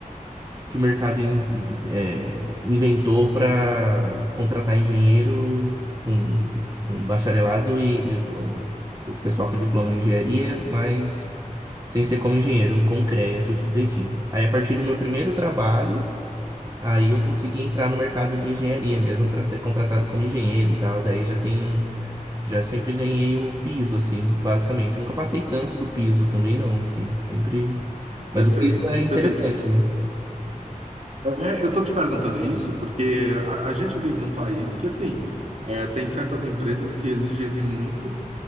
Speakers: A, on the right; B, on the right.
A: que o mercado in- in- é, inventou para contratar engenheiro com, com bacharelado e, e o o pessoal com diploma em engenharia, mas sem ser como engenheiro, com CREA, tudo direitinho. Aí, a partir do meu primeiro trabalho, aí eu consegui entrar no mercado de engenharia mesmo para ser contratado como engenheiro e tal. Daí já tenho, já sempre ganhei o piso, assim, basicamente. Nunca passei tanto do piso também, não, assim, sempre. Mas
B: Perfeito,
A: o piso é interessante,
B: perfeito.
A: né?
B: É, eu tô te perguntando isso porque a, a gente vive num país que, assim, é, tem certas empresas que exigem muito